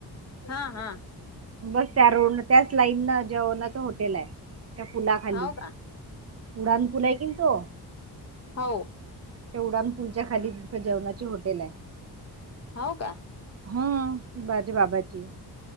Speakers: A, on the left (about 40°); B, on the right (about 40°).
A: हा हा
B: बस त्या रोड ल त्याच लाईन न जेवणाचं होटेलाय त्या पुला खाली
A: हाव का
B: उडान पुल हाय कनी तो
A: हओ
B: हे उडानपूलच्या खाली तिथं जेवणाची होटेलाय
A: हाओ का
B: हा माजे बाबाची